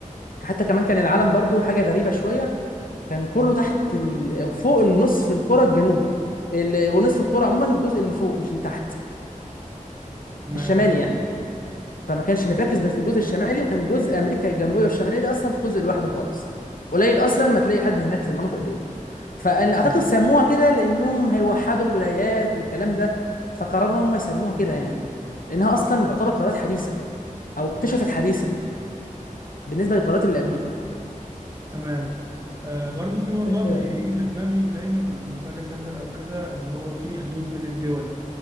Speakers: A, on the left (about 90°); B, on the right (about 25°).
A: حتى كمان كان العالم برضو حاجه غريبه شويه كان كله تحت ال... فوق النصف الكره الجنوبي ال... ونصف الكره عموما الجزء اللي فوق مش اللي تحت
B: تمام
A: الشمالي يعني فما كانش متركز غير في الجزء الشمالي وكان جزء امريكا الجنوبيه والشماليه دي اصلا في جزء لوحده خالص قليل اصلا ما تلاقي حد هناك في المناطق دي فانا
B: مم.
A: اعتقد سموها كده لانهم هيوحدوا الولايات والكلام ده فقرروا هم يسموها كده يعني لانها اصلا تعتبر قرارات حديثه او اكتشفت حديثا بالنسبه للقرارات اللي قبليها
B: تمام آه، برضو في موضوع
A: عشان كده
B: بيجي
A: يعني
B: في دماغي دايما لما باجي أسافر أو كده اللي هو في حدود بين الدول